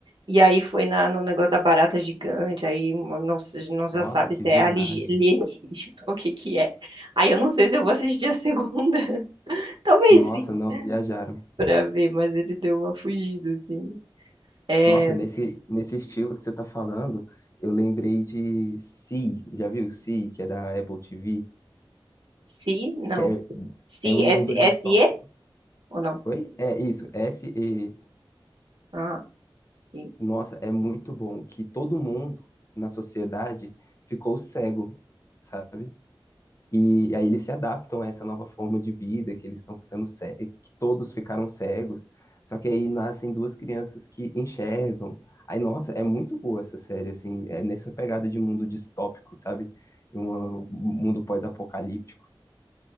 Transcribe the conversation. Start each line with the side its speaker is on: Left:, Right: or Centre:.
Right: E aí foi na, no negócio da barata gigante, aí uma- não, se- não já
Left: Nossa,
Right: sabe
Left: que
Right: se
Left: viagem.
Right: é aligi- alienígena, <laughs> o que que é. Aí eu não sei se eu vou assistir a segunda. <laughs> Talvez
Left: Nossa,
Right: sim,
Left: não, viajaram.
Right: pra ver, mas ele deu uma fugida, assim. É,
Left: Nossa, nesse, nesse estilo que você tá falando, eu lembrei de Sea. Já viu Sea, que é da Apple TV?
Right: se, não.
Left: Que é,
Right: Se,
Left: é um
Right: S,
Left: mundo
Right: S,
Left: distópico.
Right: E ou não?
Left: Oi? É isso, S-E.
Right: Ah, sim.
Left: Nossa, é muito bom que todo mundo na sociedade ficou cego, sabe? E aí eles se adaptam a essa nova forma de vida, que eles estão ficando cegos que todos ficaram cegos. Só que aí nascem duas crianças que enxergam. Aí, nossa, é muito boa essa série, assim, é nessa pegada de mundo distópico, sabe? Um, um mundo pós-apocalíptico.